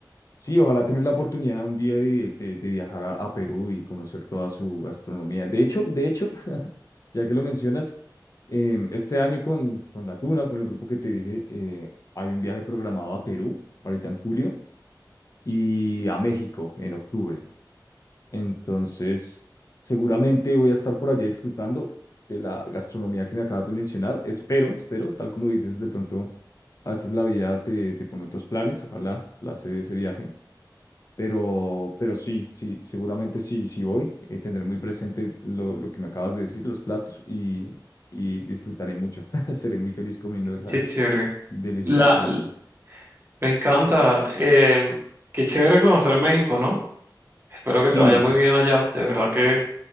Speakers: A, on the left; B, on the right.
A: Sí, ojalá tener la oportunidad un día de, de- de viajar a, a Perú y conocer toda su gastronomía. De hecho, de hecho, Ya que lo mencionas, em, este año con, con La Tuna, con el grupo que te dije, eh, hay un viaje programado a Perú, ahorita en julio, y a México en octubre. Entonces, seguramente voy a estar por allá disfrutando de la gastronomía que me acabas de mencionar. Espero, espero, tal como dices, de pronto a veces la vida te, te pone otros planes. Ojalá la se dé ese viaje. Pero, pero sí, sí, seguramente sí, sí voy. eh, tendré muy presente lo, lo que me acabas de decir, los platos, y, y disfrutaré mucho. <laughs> Seré muy feliz comiendo esa
B: Qué chévere.
A: deliciosa
B: La,
A: comida.
B: l- me encanta. eh, qué chévere conocer México, ¿no? Espero que
A: Sí,
B: te vaya muy bien allá. De verdad que